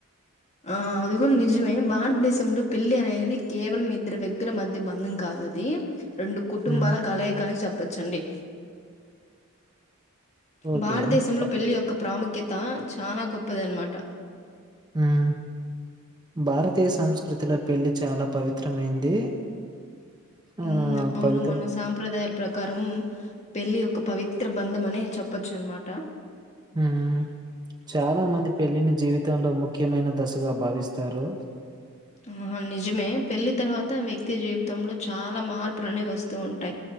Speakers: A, on the left; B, on the right.
A: ఆ అది కూడా నిజమే భారతదేశంలో పెళ్లి అనేది కేవలం ఇద్దరు వ్యక్తుల మధ్య బంధం కాదది రెండు కుటుంబాల
B: హ్మ్.
A: కలయిక అని చెప్పచ్చండి
B: ఓకే.
A: భారతదేశంలో
B: బ
A: పెళ్లి యొక్క ప్రాముఖ్య కిత చానా గొప్పదనమాట
B: మ్ భారతీయ సంస్కృతిలో పెళ్లి చాలా పవిత్రమైంది ఆహ్,
A: మ్ అవును
B: పవిత్ర
A: మన సాంప్రదాయాల ప్రకారం పెళ్ళి ఒక పవిత్ర బంధం అనే చెప్పొచ్చు అనమాట
B: మ్ చాలా మంది పెళ్లిని జీవితంలో ముఖ్య ముఖ్యమైన దశగా భావిస్తారు
A: ఆ నిజమే పెళ్లి తర్వాత వ్యక్తి జీవితంలో చాలా మార్పులనే వస్తూ ఉంటాయి